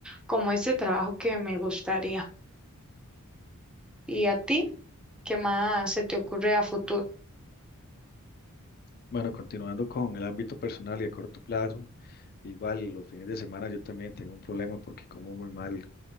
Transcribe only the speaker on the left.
bueno, continuando con el ámbito personal y a corto plazo, igual los fines de semana yo también tengo un problema porque como muy mal